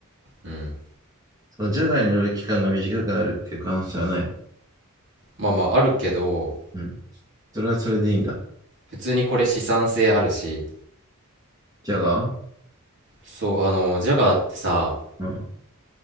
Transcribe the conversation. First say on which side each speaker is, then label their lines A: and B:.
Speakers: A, on the right; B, on the right.
A: うん
B: そのジャガーに乗る期間が短くなるっていう可能性はない。
A: まあまああるけど
B: うん。それはそれでいいんだ。
A: 普通にこれ資産性あるし
B: ジャガー
A: そうあのジャガーってさ
B: うん。